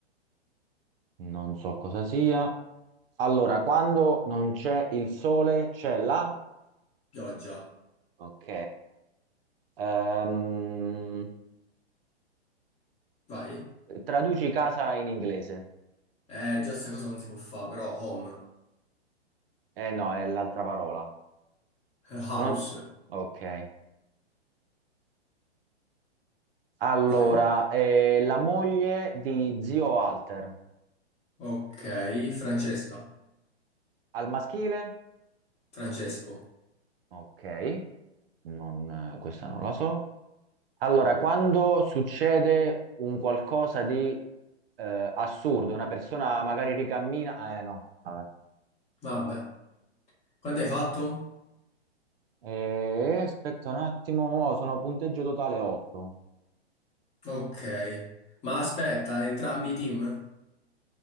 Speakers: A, on the right; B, on the left.
A: non so cosa sia. Allora, quando non c'è il sole, c'è la...
B: pioggia.
A: Ok. Ehm,
B: Vai.
A: traduci casa in inglese.
B: Eh, già sta cosa non si può fare, però home,
A: Eh no, è l'altra parola.
B: Eh, house,
A: Non- Ok. Allora,
B: vai.
A: eh, la moglie di zio Walter,
B: Ok, Francesca,
A: al maschile?
B: Francesco.
A: Ok, non- eh, questa non la so. Allora, quando succede un qualcosa di eh, assurdo, una persona magari ricammina... Eh, no, vabbè.
B: Vabbè. Quanto hai fatto?
A: Eh, aspetta un attimo, mo sono punteggio totale 8.
B: Ok. Ma aspetta, entrambi i team?